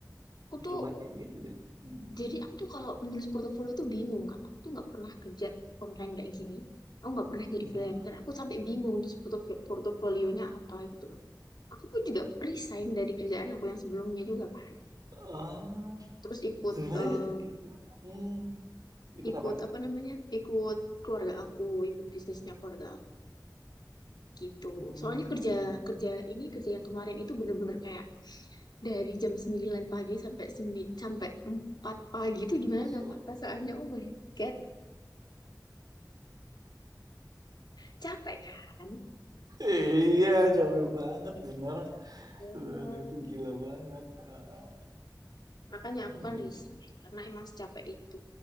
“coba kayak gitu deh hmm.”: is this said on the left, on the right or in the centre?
Right